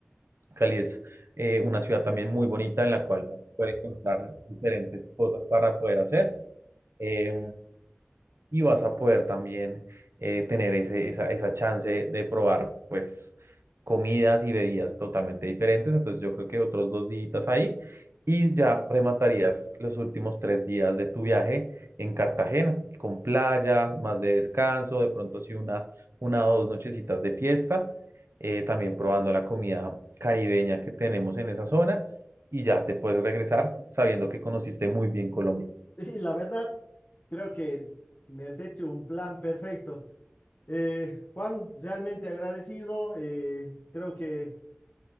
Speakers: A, on the right; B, on the left.
A: Cali es eh, una ciudad también muy bonita en la cual vas a poder encontrar diferentes cosas para poder hacer. Eh, y vas a poder también eh, tener ese, esa, esa chance de probar, pues, comidas y bebidas totalmente diferentes. Entonces, yo creo que otros dos días ahí y ya rematarías los últimos tres días de tu viaje en Cartagena, con playa, más de descanso, de pronto sí una, una o dos nochecitas de fiesta, eh, también probando la comida caribeña que tenemos en esa zona. Y ya te puedes regresar sabiendo que conociste muy bien Colombia.
B: Y la verdad, creo que me has hecho un plan perfecto. Eh, Juan, realmente agradecido. eh, creo que